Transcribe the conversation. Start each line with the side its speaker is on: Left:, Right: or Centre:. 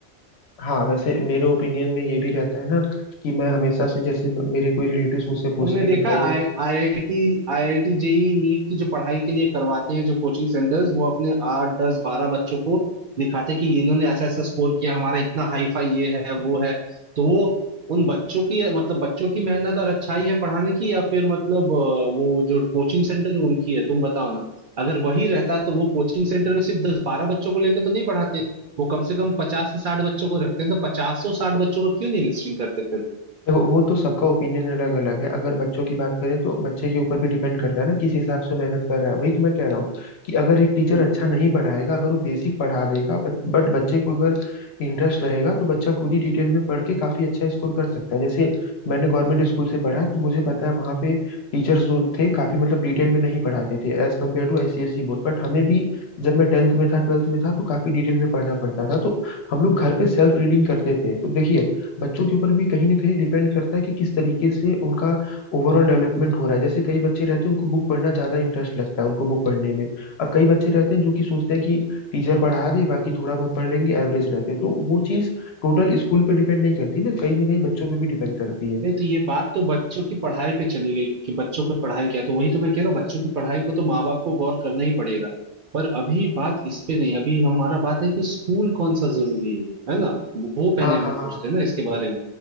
Left: हाँ वैसे मेरे ओपिनियन में ये भी रहता है ना कि मैं हमेशा से जैसे मेरे कोई रिलेटिव्स मुझसे पूछते
Right: तुमने
Left: हैं
Right: देखा
Left: कि भाई
Right: I IIT IIT JEE NEET की जो पढ़ाई के लिए करवाते हैं जो कोचिंग सेंटर्स वो अपने आठ दस बारह बच्चों को दिखाते कि इन्होंने ऐसा ऐसा स्कोर किया हमारा इतना हाई फाई ये है वो है तो वो उन बच्चों की मतलब बच्चों की मेहनत और अच्छाई है पढ़ाने की या फिर मतलब अ, वो जो कोचिंग सेंटर है उनकी है तुम बताओ ना अगर वही रहता तो वो कोचिंग सेंटर में सिर्फ दस बारह बच्चों को लेके तो नहीं पढ़ाते वो कम से कम पचास से साठ बच्चों को रखते हैं तो पचास सौ साठ बच्चों को क्यों नहीं लिस्टिंग करते
Left: देखो वो तो सबका ओपिनियन अलग अलग है अगर बच्चों की बात करें तो बच्चे के ऊपर भी डिपेंड करता है ना किस हिसाब से वो मेहनत कर रहा है वही तो मैं कह रहा हूँ कि अगर एक टीचर
Right: फिर
Left: अच्छा नहीं पढ़ाएगा अगर वो बेसिक पढ़ा देगा बट बट बच्चे को अगर इंटरेस्ट रहेगा तो बच्चा खुद ही डिटेल में पढ़ के काफी अच्छा स्कोर कर सकता है जैसे मैंने गवर्नमेंट स्कूल से पढ़ा है, तो मुझे पता है वहाँ पे टीचर्स जो थे काफी मतलब डिटेल में नहीं पढ़ाते थे as compared to ICSE board but हमें भी जब मैं टेंथ में था ट्वेल्थ में था तो काफी डिटेल में पढ़ना पड़ता था तो हम लोग घर पे सेल्फ रीडिंग करते थे तो देखिए बच्चों के ऊपर भी कहीं ना कहीं डिपेंड करता है कि किस तरीके से उनका ओवरऑल डेवलपमेंट हो रहा है जैसे कई बच्चे रहते हैं उनको बुक पढ़ना ज्यादा इंटरेस्ट लगता है उनको बुक पढ़ने में अब कई बच्चे रहते हैं जो कि सोचते हैं कि टीचर पढ़ा दे बाकी थोड़ा बहुत पढ़ लेंगे एवरेज रहते हैं तो वो चीज टोटल स्कूल पे डिपेंड नहीं करती ना कहीं ना कहीं बच्चों पे भी डिपेंड करती है
Right: नहीं तो ये बात तो बच्चों की पढ़ाई पे चली गई कि बच्चों की पढ़ाई क्या है। तो वही तो मैं कह रहा हूँ बच्चों की पढ़ाई को तो माँ बाप को गौर करना ही पड़ेगा पर अभी बात इस पे नहीं है। अभी हमारा बात है कि स्कूल कौन सा जरूरी है है ना वो पहले
Left: हाँ
Right: हम
Left: हाँ
Right: लोग सोचते
Left: हाँ
Right: हैं ना इसके बारे में